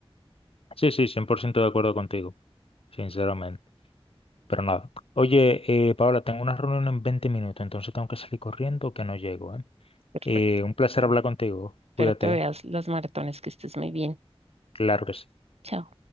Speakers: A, on the left; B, on the right.
A: Sí, sí, 100% de acuerdo contigo, sinceramente. Pero nada. Oye, eh, Paola, tengo una reunión en 20 minutos, entonces tengo que salir corriendo que no llego, ¿eh?
B: Perfecto.
A: Eh, un placer
B: Bien,
A: hablar contigo.
B: Espero
A: Cuídate.
B: te veas las maratones, que estés muy bien.
A: Claro que sí.
B: Chao.